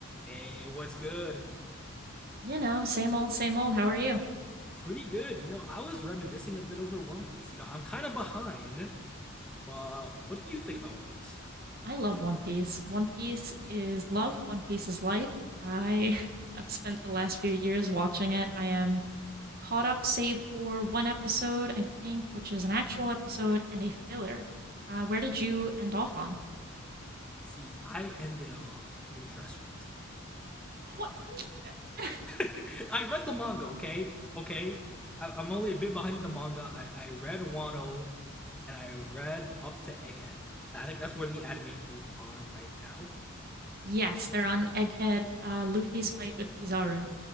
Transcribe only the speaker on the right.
You know, same old, same old. How are you?
I love One Piece. One Piece is love. One Piece is life. I <laughs> have spent the last few years watching it. I am caught up, save for one episode, I think, which is an actual episode and a filler. Uh, where did you end off on?
What? <laughs>
Yes, they're on Egghead, uh, Luffy's fight with Kizaru.